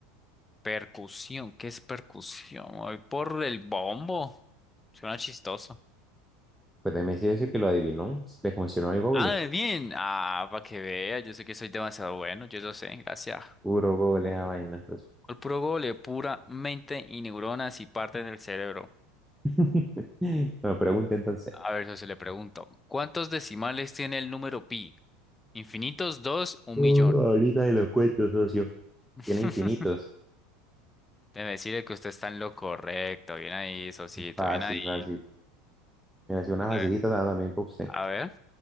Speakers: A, on the left (about 15°); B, in the centre.
A: percusión, ¿qué es percusión? Voy por el bombo, suena chistoso.
B: Pues me dice que lo adivinó. Le funcionó el google.
A: Ah, bien, ah, para que vea, yo sé que soy demasiado bueno, yo lo sé, gracias.
B: Puro google esa vaina, socio.
A: El puro gole, pura mente y neuronas y partes del cerebro.
B: <laughs> Bueno, pregunta entonces.
A: A ver, socio, le pregunto, ¿cuántos decimales tiene el número pi? ¿Infinitos, dos, un
B: Uh,
A: millón?
B: ahorita se los cuento, socio.
A: <laughs>
B: Tiene infinitos.
A: De decirle que usted está en lo correcto. Bien ahí, Sosito,
B: Fácil,
A: bien ahí.
B: fácil. Me hacía una
A: A
B: facilita
A: ver,
B: también para usted.
A: a ver.